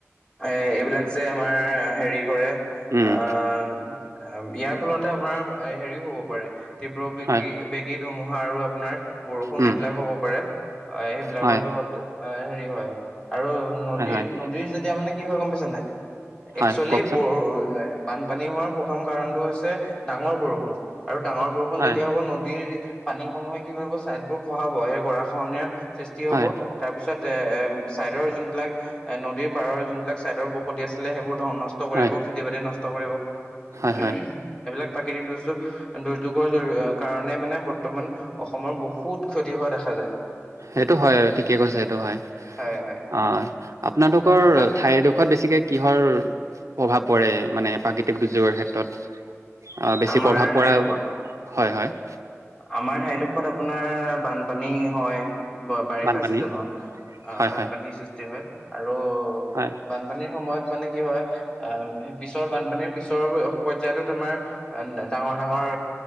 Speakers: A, on the left (about 15°); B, on the right (about 75°).
A: এ এইবিলাক যে আমাৰ হেৰি কৰে। আহ
B: উম,
A: ইয়াৰ ফলতে আপোনাৰ হেৰিও হ'ব পাৰে, তীব্ৰ বেগী
B: হয়,
A: বেগী ধুমুহা আৰু আপোনাৰ, বৰষুণ
B: উম,
A: এইবিলাক হ'ব পাৰে সেইবিলাকৰ
B: হয়,
A: জহত হেৰি হয় আৰু নদীৰ-নদীৰ
B: হয়, হয়,
A: যেতিয়া মানে কি হয় গম পাইছা নাই
B: হয়,
A: একচুৱেলি
B: কওকচোন,
A: ব বানপানী হোৱাৰ প্ৰথম কাৰণটো হৈছে ডাঙৰ বৰষুণ। আৰু ডাঙৰ বৰষুণ
B: হয়,
A: যেতিয়া হ'ব নদীৰ পানীসমূহে কি কৰিব ছাইদবোৰ খহাব সেই গৰাখহনীয়াৰ, সৃষ্টি হ'ব
B: হয়,
A: তাৰ পিছত এ ছাইডৰ যোনবিলাক এ নদীৰ পাৰৰ যোনবিলাক চাইডৰ বখতি আছিলে সেইবোৰ ধন নষ্ট কৰিব
B: হয়,
A: খেতিবাতি নষ্ট কৰিব।
B: হয়, হয়,
A: এইবিলাক প্ৰাকৃতিক দুৰ্যোগ দুৰ্যোগৰ কাৰণে মানে বৰ্তমান, অসমৰ বহুত ক্ষতি হোৱা দেখা।
B: সেইটো হয় ঠিকে কৈছে সেইটো হয়
A: হয় হয়
B: অ আপোনালোকৰ
A: আ-
B: ঠাইডোখৰত বেছিকে, কিহৰ প্ৰভাৱ পৰে মানে প্ৰাকৃতিক দুৰ্যোগৰ ক্ষেত্ৰত? অ, বেছি
A: আমাৰ
B: প্ৰভাৱ
A: ঠাইডোখৰত
B: পৰা হয়-হয়।
A: আমাৰ ঠাইডোখৰত আপোনাৰ বানপানী হয়। বাৰিষা
B: বানপানী
A: চিজনত অ
B: হয়
A: বানপানীৰ
B: হয়
A: সৃষ্টি হয় আৰু
B: হয়
A: বানপানীৰ সময়ত মানে কি হয়? আহ সেই পিছৰ বানপানীৰ পিছৰ পৰ্যায়তো তোমাৰ ডাঙৰ-ডাঙৰ